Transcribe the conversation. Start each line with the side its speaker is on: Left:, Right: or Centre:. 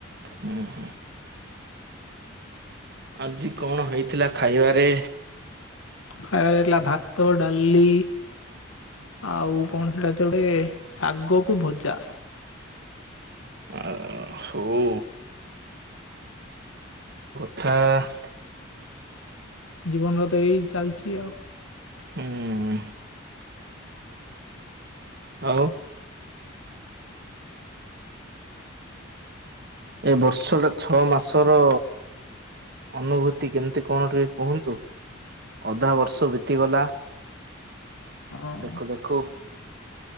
Right: ହୁଁ ହୁଁ। ଆଜି କଣ ହେଇଥିଲା ଖାଇବାରେ?
Left: ଖାଇବାରେ ହେଇଥିଲା ଭାତ, ଡାଲି ଆଉ କଣ ସେଟା ତ ଗୋଟେ ଶାଗକୁ, ଭଜା।
Right: ଆ ହଉ। ଥା।
Left: ଜୀବନର ତ ଏଇ ଚାଲିଛି ଆଉ।
Right: ହୁଁ। ଆଉ। ଏ ବର୍ଷଟା ଛଅ ମାସର। ଅନୁଭୂତି କେମିତି କଣ ଟିକେ କୁହନ୍ତୁ? ଅଧା ବର୍ଷ ବିତିଗଲା
Left: ହଁ।
Right: ଦେଖୁ ଦେଖୁ।